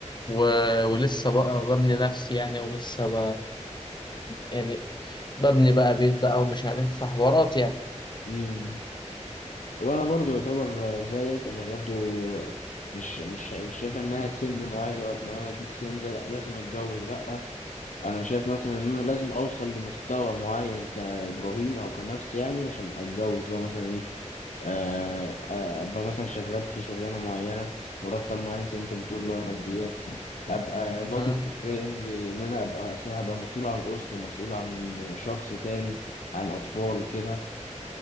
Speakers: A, on the left; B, on the left.
A: و... ولسه بقى ببني نفسي يعني ولسه ب... يعني ببني بقى بيت بقى ومش عارف حوارات يعني
B: مم. وانا برضو يعتبر زيك انا برضو مش مش مش شايف انها سن معين لو لو انا جبت السن ده لأ، لازم اتجوز لا انا شايف مثلا ان انا لازم اوصل لمستوى معين كابراهيم او كنفسي يعني عشان اتجوز لو مثلا ايه آه، آه، ابقى مثلا شغال في شغلانه معينه مرتب معين زي انت بتقول اللي هو ماديات ابقى ناضج
A: مم.
B: فكريا لان انا ابقى اصلا هبقى مسؤول عن اسره مسؤول عن شخص تاني عن اطفال كده